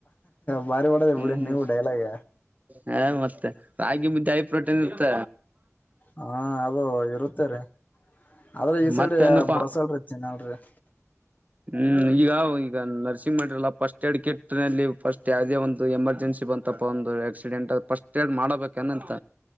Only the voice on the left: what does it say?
ಬಾರಿ ಮಾಡದ
ಬಿಡಿ ನೀವು ಡೈಲಾಗ.
ಹಾ ಅದು ಇರುತ್ತೇರಿೀ ಆದ್ರ ಈ ಸೈಡ್
ಬಳಸಳರಿಿ ಇನ್ನಲ್ಲ ರೀ.